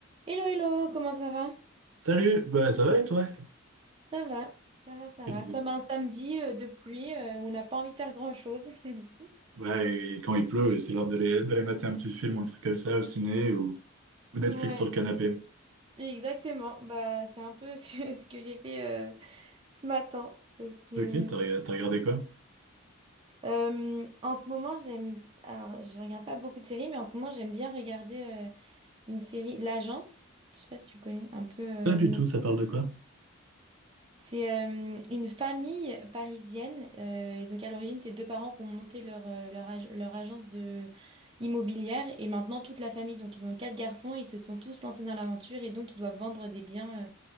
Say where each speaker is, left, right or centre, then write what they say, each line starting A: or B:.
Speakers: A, on the right; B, on the right.
A: Hello, hello, comment ça va?
B: Salut, bah ça va et toi?
A: Ça va, ça va, ça
B: Et-
A: va. Comme un samedi euh, de pluie euh, où on n'a pas envie de faire grand-chose. <laughs>
B: bah, et quand il pleut, c'est l'heure d'aller d'aller mater un petit film, un truc comme ça au ciné ou, ou Netflix
A: Ouais,
B: sur le canapé.
A: exactement. Bah, c'est un peu <laughs> ce ce que j'ai fait euh, ce matin. Parce que
B: Ok, t'as rega- t'as regardé quoi?
A: euh, en ce moment, j'aime. Alors, je regarde pas beaucoup de séries, mais en ce moment, j'aime bien regarder euh, une série, L'Agence. Je sais pas si tu connais, un peu euh,
B: Pas du
A: immobilier.
B: tout, ça parle de quoi?
A: C'est euh, une famille parisienne. euh, et donc à l'origine, c'est deux parents qui ont monté leur, euh, leur, ag- leur agence de immobilière. Et maintenant, toute la famille, donc ils ont quatre garçons, ils se sont tous lancés dans l'aventure et donc ils doivent vendre des biens euh,